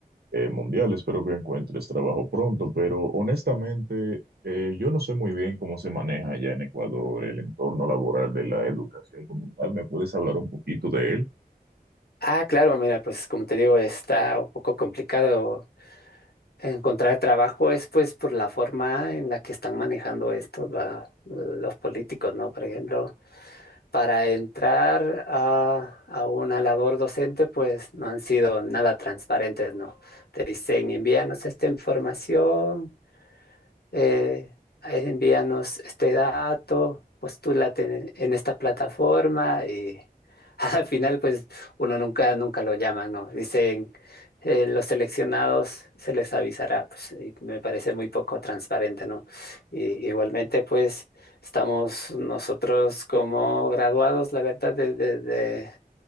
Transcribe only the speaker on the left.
Ah, claro, mira, pues como te digo, está un poco complicado Encontrar trabajo es pues por la forma en la que están manejando esto va, los políticos, ¿no? Por ejemplo, para entrar a, a una labor docente, pues no han sido nada transparentes, ¿no? Te dicen, envíanos esta información, eh, envíanos este dato, postúlate en, en esta plataforma y <laughs> al final pues uno nunca, nunca lo llaman, ¿no? Dicen eh, los seleccionados se les avisará, pues y me parece muy poco transparente, ¿no? Y, igualmente pues estamos nosotros como graduados, la verdad, desde